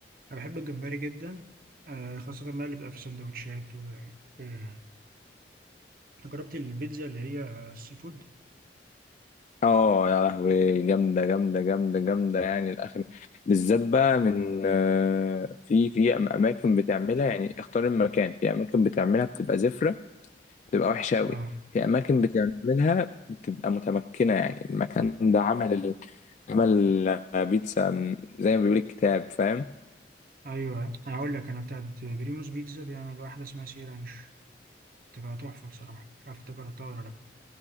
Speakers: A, on the right (about 50°); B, on the left (about 40°).
A: انا بحب الجمبري جدا آه، خاصة بقى اللي بيبقى في سندوتشات وكده يعني انت جربت البيتزا اللي هي السي فود
B: اه يا لهوي جامدة جامدة جامدة جامدة يعني الآخر بالذات بقى من آه، في في أماكن بتعملها يعني اختار المكان في أماكن بتعملها بتبقى زفرة بتبقى وحشة أوي
A: اه
B: في أماكن بتعملها بتبقى متمكنة يعني المكان ده عمل عمل بيتزا من- زي ما بيقول الكتاب فاهم
A: ايوه هقول لك انا بتاعت بريموس بيتزا بيعمل واحده اسمها سي رانش بتبقى تحفه بصراحه مش عارف انت جربتها ولا لا